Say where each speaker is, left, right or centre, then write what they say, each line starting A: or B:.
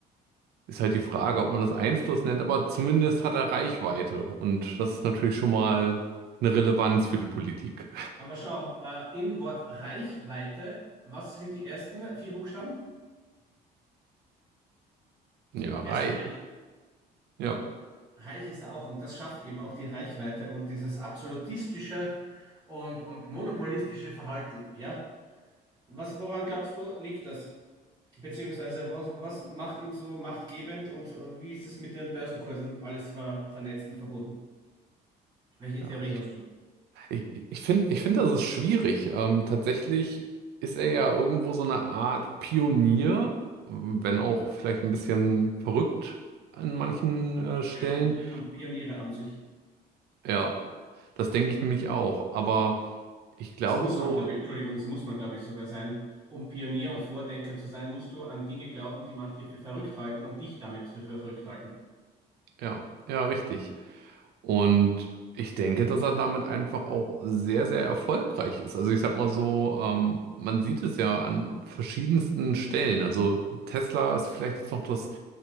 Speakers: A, on the right; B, on the right.
A: Ist halt die Frage, ob man das Einfluss nennt, aber zumindest hat er Reichweite und das ist natürlich schon mal eine Relevanz für die Politik.
B: Aber schau, äh, im Wort Reichweite, was sind die ersten vier Buchstaben?
A: Ja, reich.
B: Er ist reich.
A: Ja.
B: Reich ist er auch und das schafft eben auch die Reichweite und dieses absolutistische und, und monopolistische Verhalten. Ja? Was, woran glaubst du, liegt das? Beziehungsweise, was, was macht ihn so machtgebend und äh, wie ist es mit den Börsenkursen? Alles war vernetzt und verbunden. Welche
A: Ja,
B: Theorie
A: ich
B: hast du?
A: ich, ich finde, ich find, das ist schwierig. Ähm, tatsächlich ist er ja irgendwo so eine Art Pionier, wenn auch vielleicht ein bisschen verrückt an manchen äh, Stellen.
B: Ja gut, das haben Pioniere an sich.
A: Ja, das denke ich nämlich auch. Aber ich glaube
B: Das muss
A: so,
B: man, glaube ich, Entschuldigung, das muss man, glaube ich, sogar sein. Um Pionier und Vordenker zu sein, musst du an Dinge glauben, die manche für verrückt halten und dich damit für für verrückt halten.
A: ja, ja, richtig. Und ich denke, dass er damit einfach auch sehr, sehr erfolgreich ist. Also ich sag mal so, ähm, man sieht es ja an verschiedensten Stellen. Also Tesla ist vielleicht jetzt noch das,